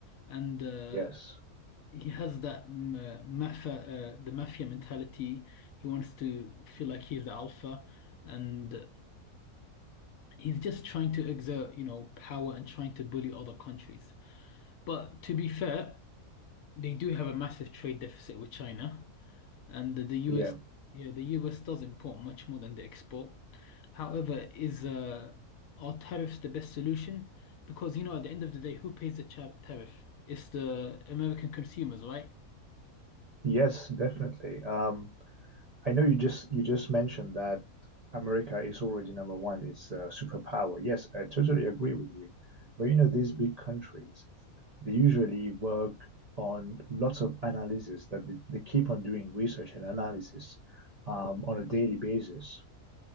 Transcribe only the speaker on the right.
Yes,
yeah,
yes, definitely. Um, I know you just you just mentioned that America is already number one. It's a superpower. Yes, I totally agree with you. But you know, these big countries, they usually work on lots of analysis that they, they keep on doing research and analysis um, on a daily basis.